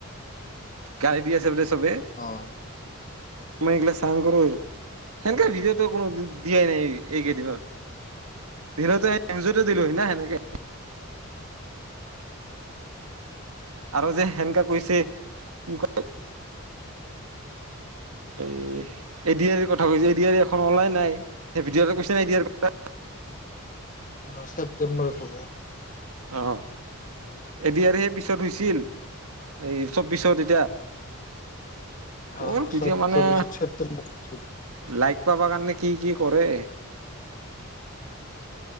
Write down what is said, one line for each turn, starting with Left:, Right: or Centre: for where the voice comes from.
Right: গালি দি আছে বুলি চোন। ছোবে,
Left: অ'
Right: মই এইবিলাক নকৰো, সেনেকা ভিডিঅ'তটো কোনো দিয়াই নাই এইকেইদিনত। দিলেটো সেই নিউজতো দিলোহ‌ই না সেনেকে আৰু যে সেনেকে কৈছে কি কয় এই এডি আৰ কথা কৈছে এডিয়াৰ এখন ওলাই নাই সি ভিডিঅটোত কৈছে নাই এডিয়াৰ কথা। <unintelligible>
Left: অ' ছেপ্টেম্বৰত হব।
Right: অ' এডিয়াৰ হে পিছত হৈছিল। এই চৌবিশত তেতিয়া ক'ৰ
Left: অ'
Right: ভিডিঅ'
Left: চব
Right: মানে
Left: চৌবিছত ছেপ্টেম্বৰত
Right: লাইক পাবা কাৰণে কি কি কৰে।